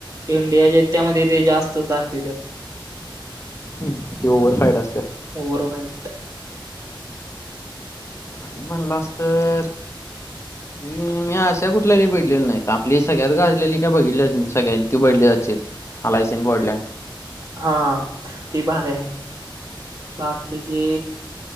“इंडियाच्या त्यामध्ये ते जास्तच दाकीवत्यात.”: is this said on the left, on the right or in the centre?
Right